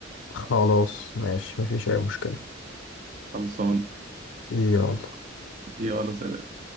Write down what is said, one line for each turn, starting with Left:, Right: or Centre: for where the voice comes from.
Left: خلاص ماشي مفيش أي مشكلة
Right: خلصان
Left: يلا
Right: يلا سلام